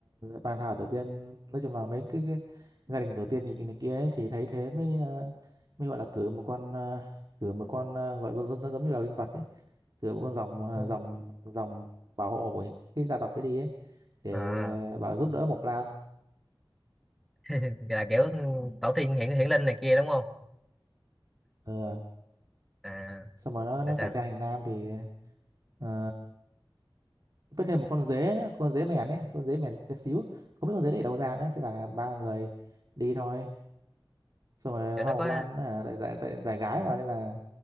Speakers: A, on the right (about 45°); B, in the centre.
A: bàn thảo tổ tiên nói chung là mấy cái, cái gia đình tổ tiên nhìn này kia ấy, thì thấy thế mới à, mới gọi là cử một con à, cử một con à, gọi giống, giống, giống như là linh vật ấy cử một con dòng à,
B: Ừ.
A: dòng dòng bảo hộ của những cái gia tộc ấy đi ấy để
B: à
A: à, bảo giúp đỡ Mộc Lan
B: <laughs> là kiểu
A: ừ.
B: tổ tiên hiện hiện linh này kia đúng không
A: Ờ,
B: à
A: xong rồi nó
B: tại
A: nó
B: sao
A: cải
B: nữa
A: trang thành nam thì à, vứt thêm một con dế nữa con dế mèn ấy con dế mèn bé xíu không biết con dế đấy ở đâu ra nữa thế là ba người đi thôi xong rồi
B: cho nó
A: Hoa Mộc
B: có
A: Lan à, tại giải tại giải gái mà nên là